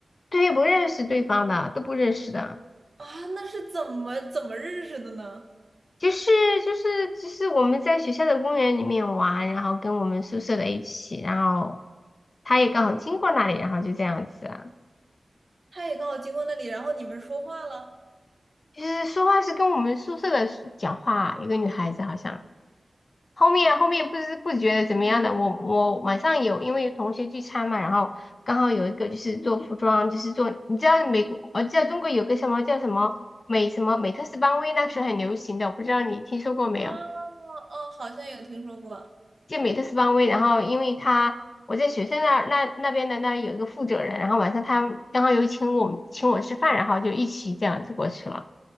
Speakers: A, on the left; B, on the right.
A: 对，不认识对方的，都不认识的。
B: 啊，那是怎么怎么认识的呢？
A: 就是就是就是我们在学校的公园里面玩，然后跟我们宿舍的一起，然后他也刚好经过那里，然后就这样子啊。
B: 他也刚好经过那里，然后你们说话了。
A: 就是说话是跟我们宿舍的是讲话，一个女孩子好像。后面后面不知不觉的怎么样的，我我晚上有因为有同学聚餐嘛，然后刚好有一个就是做服装，就是做你知道美国，我知道中国有个什么叫什么美什么美特斯邦威，那时候很流行的，我不知道你听说过没有？
B: 啊，哦，好像有听说过。
A: 就美特斯邦威，然后因为他我在学校那儿那那边的那儿有一个负责人，然后晚上他刚好有请我们请我吃饭，然后就一起这样子过去了。